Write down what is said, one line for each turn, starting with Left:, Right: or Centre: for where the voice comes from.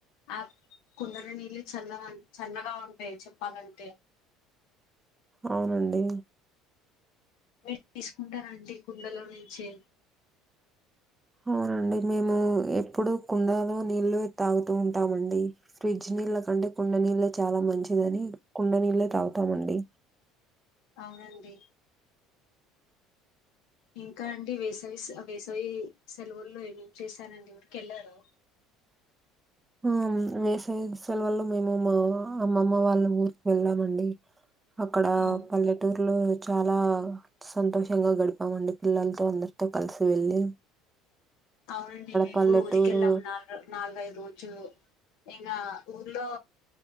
Left: ఆక్ కుండలో నీళ్ళే చల్లగా చల్లగా ఉంటాయి చెప్పాలంటే
Right: అవునండి
Left: నీల్ తీసుకుంటార ఆంటీ కుండలోనుంచి
Right: అవునండి మేము ఎప్పుడూ కుండలో నీళ్లే తాగుతూ ఉంటామండి. ఫ్రిడ్జ్ నీళ్ళ కంటే కుండ నీళ్ళే చాలా మంచిదని కుండ నీళ్ళే తాగుతామండి
Left: అవునండి ఇంకా అండి వేసవి సే వేసవి సెలవుల్లో ఏం చేశారండీ ఊరికి వెళ్లారా?
Right: ఆమ్ వేసవి సెలవల్లో మేము మా అమ్మమ్మ వాళ్ళ ఊరికి వెళ్ళామండి. అక్కడ
Left: అవును.
Right: పల్లెటూర్లో చాలా, సంతోషంగా గడిపామండి పిల్లలతో అందరితో కలిసి వెల్లి
Left: అవునుండి మేము
Right: పల్లెటూరు
Left: కూడ ఊరికి వెళ్ళాము నాల్ నాలుగైదు రోజులు ఇంకా ఊర్లో